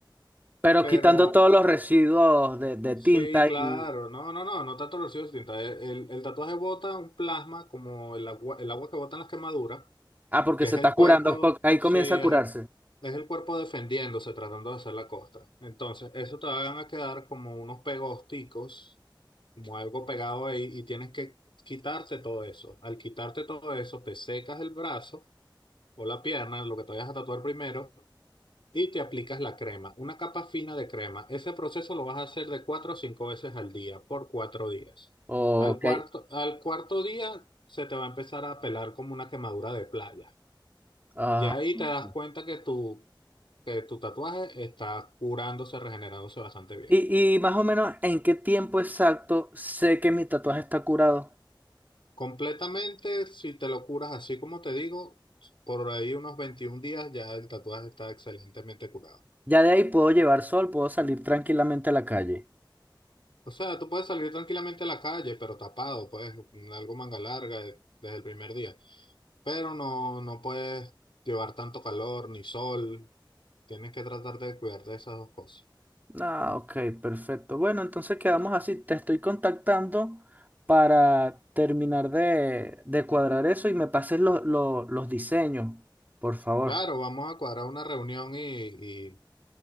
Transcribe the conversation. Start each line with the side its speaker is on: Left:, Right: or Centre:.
Right: Pero
Left: pero
Right: quitando todos los residuos de, de tinta
Left: Sí, claro,
Right: y...
Left: no, no, no, no tanto residuos de tinta. El, el- el tatuaje bota un plasma como el agua, el agua que botan las quemaduras,
Right: Ah, porque
Left: que
Right: se
Left: es el
Right: está
Left: cuerpo,
Right: curando, porque ahí
Left: sí,
Right: comienza a
Left: es
Right: curarse.
Left: el, es el cuerpo defendiéndose, tratando de hacer la costa. Entonces, eso te van a quedar como unos pegosticos, como algo pegado ahí, y tienes que quitarte todo eso. Al quitarte todo eso, te secas el brazo o la pierna, lo que te vayas a tatuar primero, y te aplicas la crema, una capa fina de crema. Ese proceso lo vas a hacer de cuatro o cinco veces al día, por cuatro días.
Right: Ok.
Left: Al cuarto, al cuarto día se te va a empezar a pelar como una quemadura de playa.
Right: Ah,
Left: Ya ahí
Right: ok.
Left: te das cuenta que tu, que tu tatuaje está curándose, regenerándose bastante bien.
Right: Y, y más o menos, ¿en qué tiempo exacto sé que mi tatuaje está curado?
Left: Completamente, si te lo curas así como te digo, por ahí unos 21 días ya el tatuaje está excelentemente curado.
Right: Ya de ahí puedo llevar sol, puedo salir tranquilamente a la calle.
Left: O sea, tú puedes salir tranquilamente a la calle, pero tapado, pues algo manga larga eh, desde el primer día. Pero no, no puedes llevar tanto calor ni sol. Tienes que tratar de cuidar de esas dos cosas.
Right: Ah, ok, perfecto. Bueno, entonces quedamos así. Te estoy contactando para terminar de, de cuadrar eso y me pases los los- los diseños, por favor.
Left: Claro, vamos a cuadrar una reunión y,